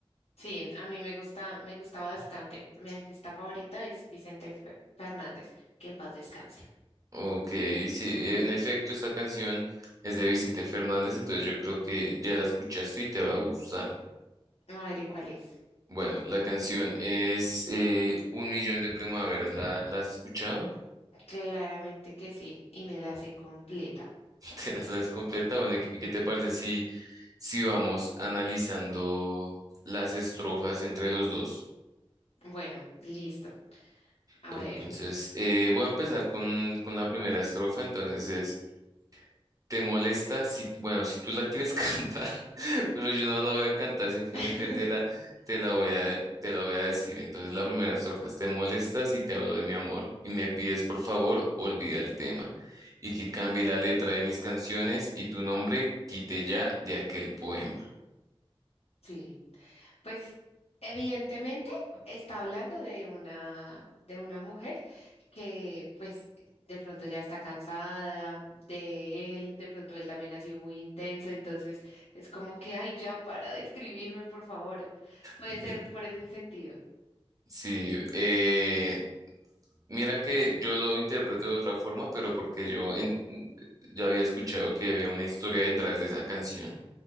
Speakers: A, on the left; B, on the right.
A: Sí, a mí me gusta, me gusta bastante. Mi artista favorito es Vicente Fe- Fernández, que en paz descanse.
B: Ok, sí, en efecto, esta canción es de Vicente Fernández, entonces yo creo que ya la escuchaste y te va a gustar.
A: A ver, ¿y cuál es?
B: Bueno, la canción es eh, Un Millón de Primaveras. ¿La, la has escuchado?
A: Claramente que sí, y me la sé completa.
B: <laughs> ¿Te la sabes completa? Bueno, ¿y qué y qué te parece si, si vamos analizando las estrofas entre los dos?
A: Bueno, listo. A
B: Entonces,
A: ver.
B: eh, voy a empezar con, con la primera estrofa. Entonces es, ¿te molesta si, bueno, si tú la quieres <laughs> cantar? pero yo no la voy a cantar, simplemente
A: <laughs>
B: te la, te la voy a, te la voy a decir. Entonces la primera estrofa es, te molestas y te hablo de mi amor y me pides por favor, olvida el tema y que cambie la letra de mis canciones y tu nombre quite ya de aquel poema.
A: Sí. Pues evidentemente está hablando de una de una mujer que pues de pronto ya está cansada de él, de pronto él también ha sido muy intenso, entonces es como que, ay, ya para de escribirme, por favor. Puede
B: Ok.
A: ser por ese sentido.
B: Sí, eh, mira que yo lo interpreto de otra forma, pero porque yo en- ya había escuchado que había una historia detrás de esa canción.